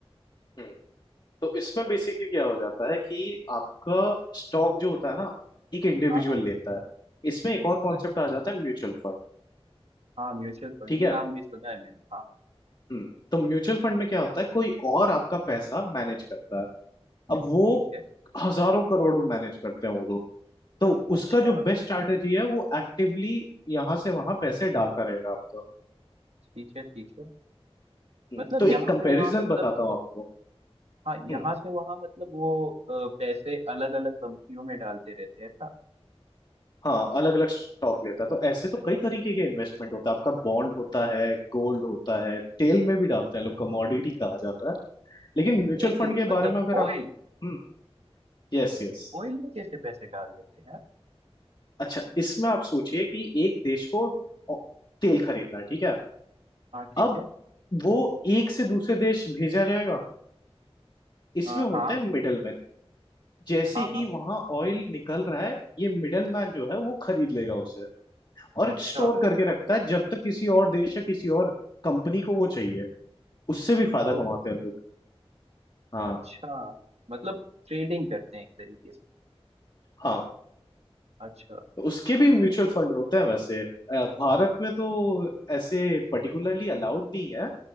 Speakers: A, on the left; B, on the right.
A: हम्म, तो इसमें बेसिकली क्या हो जाता है कि आपका स्टॉक जो होता है ना एक इंडिविजुअल
B: हाँ हाँ,
A: लेता है इसमें एक और कॉन्सेप्ट
B: अच्छा
A: आ जाता है म्यूचुअल फंड
B: हाँ म्यूचुअल फंड
A: ठीक
B: ये
A: है
B: नाम भी सुना है मैंने हाँ
A: हम्म, तो म्यूचुअल फंड में क्या होता है कोई और आपका पैसा मैनेज करता है अब वो
B: ठीक है
A: हजारों करोड़ों मैनेज करते हैं वो लोग तो
B: अच्छा
A: उसका जो बेस्ट स्ट्रैटेजी है वो एक्टिवली यहाँ से वहां पैसे डालता रहेगा आपका
B: ठीक है ठीक है
A: हम्म,
B: मतलब
A: तो
B: यहाँ
A: एक कंपैरिजन
B: से वहाँ मतलब
A: बताता हूँ आपको
B: हाँ यहाँ
A: हम्म,
B: से वहाँ मतलब वो अ, पैसे अलग अलग कंपनियों में डालते रहते हैं
A: हाँ अलग अलग स्टॉक लेता है तो ऐसे तो कई तरीके के इन्वेस्टमेंट होता है आपका बॉन्ड होता है गोल्ड होता है तेल में भी डालते हैं लोग कमोडिटी कहा जाता है लेकिन म्यूचुअल
B: तेल
A: फंड के
B: मतलब
A: बारे में अगर आप
B: ऑयल
A: हम्म Yes yes
B: ऑयल में कैसे पैसे डाल देते हैं यार
A: अच्छा इसमें आप सोचिए कि एक देश को ओ- तेल खरीदना है ठीक है
B: हाँ ठीक
A: अब
B: है
A: वो एक से दूसरे देश भेजा जाएगा इसमें
B: हाँ
A: होते
B: हाँ
A: हैं मिडलमैन जैसे
B: हाँ हाँ
A: ही वहां ऑयल निकल रहा है ये मिडलमैन जो है वो खरीद लेगा उसे और
B: अच्छा
A: स्टोर करके रखता है जब तक किसी और देश या किसी और कंपनी को वो चाहिए उससे भी फायदा
B: ओ
A: कमाते हैं लोग हाँ
B: अच्छा मतलब ट्रेडिंग करते हैं एक तरीके से
A: हाँ
B: अच्छा
A: तो उसके
B: समझा
A: भी म्यूचुअल फंड होते हैं वैसे अ, भारत में तो ऐसे पर्टिकुलरली अलाउड नहीं है